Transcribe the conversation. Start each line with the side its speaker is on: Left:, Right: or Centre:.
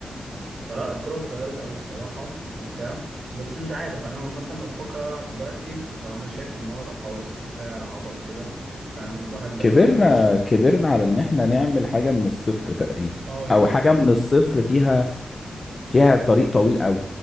Right: فلا الكوره اتغيرت قوي الصراحه وبتاع بس مش عارف انا مثلا لو بفكر العب دلوقتي فانا شايف ان هو لا خلاص كفايه عبط كده فاهم الواحد داخل
Left: كبرنا
Right: على جيش
Left: كبرنا على ان احنا نعمل حاجة من الصفر تقريبا
Right: اه يعني
Left: او حاجة
Right: انا
Left: من الصفر فيها فيها طريق طويل قوي